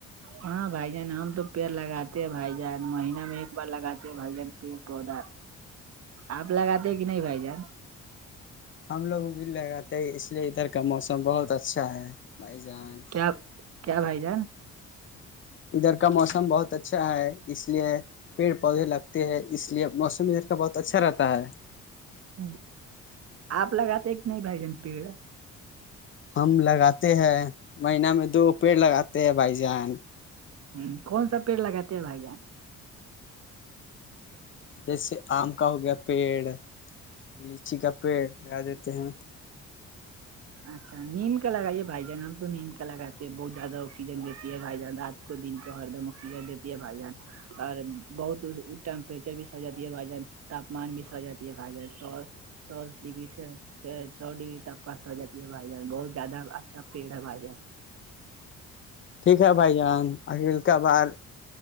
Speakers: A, on the right (about 55°); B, on the left (about 40°).
A: ہاں بھائی جان ہم تو پیڑ لگاتے ہیں بھائی جان مہینہ میں ایک بار لگاتے بھائی جان پیڑ پودا آپ لگاتے کہ نہیں بھائی جان
B: ہم لوگ بھی ل جاتے اس لیے ادھر کا موسم بہت اچھا ہے بھائی جان
A: کیا کیا بھائی جان
B: ادھر کا موسم بہت اچھا ہے اس لیے پیڑ پودے لگتے ہے اس لیے موسم بہت اچھا رہتا ہے
A: ہاں اپ ل گات ایک نہیں بائ جان پڑا
B: ہم لگاتے ہیں مہینہ میں دو پیڑ لگاتے ہیں بھائی جان
A: ہ کون سا پیڑ لگاتے ہیں بھائی جان
B: جیسے آم کا ہو گیا پیڑ لیچی کا پیڑ لگا دیتے ہیں
A: اچھا نیم کا لگائیے بھائی جان ہم تو نیم کا لگاتے ہیں بہت زیادہ آکسیجن دیتی ہے بھائی جان رات کو دن کو ہر دم آکسیجن دیتی ہے بھائی جان اور بہت ٹیمپریچر بھی سڑ جات ہے بھائی جان تاپمان بھی س جاتی ہےھائی س سو ڈگری سے سو ڈگری تاپ کا س جاتی یہ بھائی جان بہت زیادہ اچھا پڑ ہے بھائی جار
B: ٹھیک ہے بھائی جان اخل کبھار